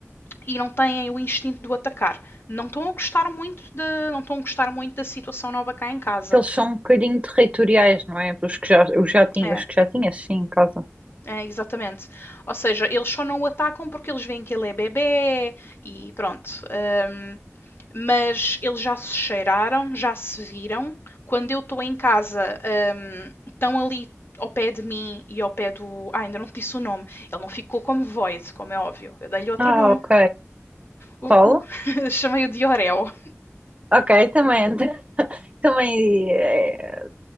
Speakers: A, on the left; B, on the right.
A: e não têm o instinto de o atacar. Não estão a gostar muito da, não estão a gostar muito da situação nova cá em casa.
B: Eles são um bocadinho territoriais, não é? Os que já, os já tinha,
A: É.
B: os que já tinhas, sim, em casa.
A: É, exatamente. Ou seja, eles só não o atacam porque eles veem que ele é bebê e pronto. Eh, mas eles já se cheiraram, já se viram. Quando eu estou em casa, ehm, estão ali ao pé de mim e ao pé do. Ah, ainda não te disse o nome. Ele não ficou como Void, como é óbvio. Eu dei-lhe outro
B: Ah,
A: nome.
B: ok.
A: O-
B: Qual?
A: o- <laughs> Chamei-o de Orel.
B: Ok, também, <laughs> também, é,